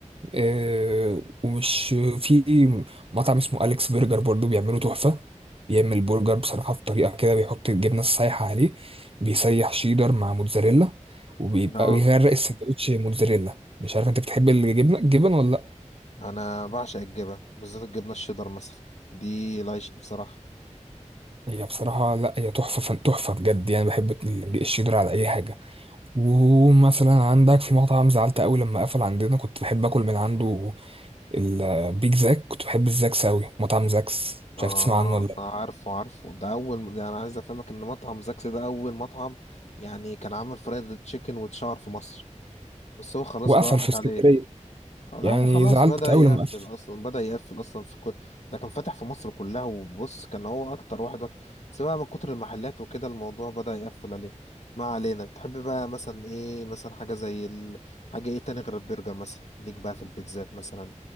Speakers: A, on the right (about 45°); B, on the left (about 60°).
A: آه، ومش في مطعم اسمه أليكس برجر برضو بيعملوا تحفة بيعمل برجر بصراحة بطريقة كده بيحط الجبنة السايحة عليه بيسيح شيدر مع موتزاريلا وبيبقى
B: اه
A: بيغرق السندوتش موتزاريلا مش عارف انت بتحب الجبنة الجبن ولا لا
B: انا بعشق الجبن بالذات الجبنه الشيدر مثلا دي العيش بصراحه
A: هي بصراحة لا هي تحفة فن تحفة بجد يعني بحب ال- الشيدر على أي حاجة ومثلا عندك في مطعم زعلت قوي لما قفل عندنا كنت بحب اكل من عنده البيج زاك كنت بحب الزاكس قوي مطعم زاكس مش
B: اه
A: عارف تسمع عنه ولا لأ.
B: عارفه عارفه ده اول ده انا عايز افهمك ان مطعم زاكس ده اول مطعم يعني كان عامل فرايد تشيكن وتشار في مصر بس هو خلاص
A: وقفل
B: بقى راحت
A: في اسكندرية
B: عليه لا
A: يعني
B: هو خلاص
A: زعلت
B: بدأ
A: أوي
B: يقفل
A: لما قفل
B: أصلا بدأ يقفل أصلا في كل ده كان فاتح في مصر كلها وبص كان هو أكتر واحد وك... بس بقى من كتر المحلات وكده الموضوع بدأ يقفل عليه ما علينا بتحب بقى مثلا إيه مثلا حاجة زي ال... حاجة إيه تاني غير البرجر مثلا ليك بقى في البيتزات مثلا